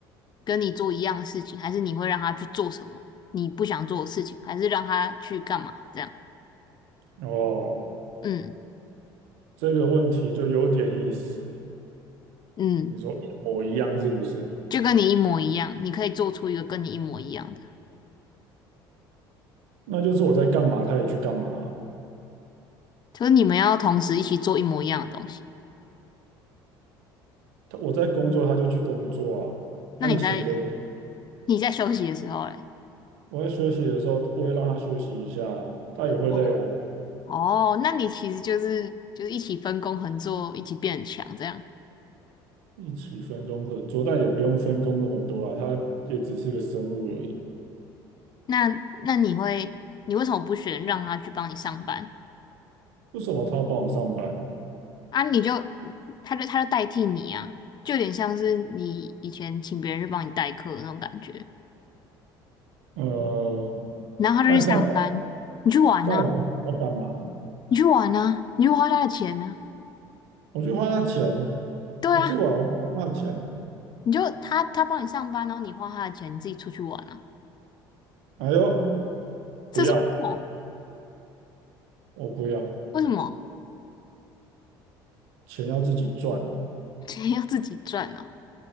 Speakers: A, on the left (about 40°); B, on the right (about 75°).
A: 跟你做一样的事情，还是你会让他去做什么你不想做的事情，还是让他去干嘛？这样，
B: 哦，
A: 嗯
B: 这个问题就有点意思。
A: 嗯，
B: 你说一模一样是不是？
A: 就跟你一模一样，你可以做出一个跟你一模一样的。
B: 那就是我在干嘛，他也去干嘛啊
A: 就是你们要同时一起做一模一样的东西。
B: 他我在工作，他就去工作啊。
A: 那你在
B: 但钱给我，
A: 你在休息的时候嘞？
B: 我在休息的时候，我也让他休息一下啊他也会累啊。
A: 哦哦，那你其实就是就是一起分工合作，一起变很强这样。
B: 一起分工合作，但也不用分工那么多啊，他也只是个生物而已。
A: 那那你会你为什么不选让他去帮你上班
B: 为什么他要帮我上班？
A: 啊？你就他就他就代替你啊，就有点像是你以前请别人去帮你代课的那种感觉。
B: 呃，
A: 然后他就去上班，
B: 那这样
A: 你去玩啊，
B: 这样我跟老板嘛？
A: 你去玩啊，你去花他的钱呢、啊。
B: 我去花他钱，
A: 对啊，
B: 我去玩，我去花他的钱。
A: 你就他他帮你上班，然后你花他的钱，你自己出去玩啊。
B: 哎呦，不要，
A: 这是错？
B: 我不要，
A: 为什么？
B: 钱要自己赚。
A: <laughs> 钱要自己赚呢？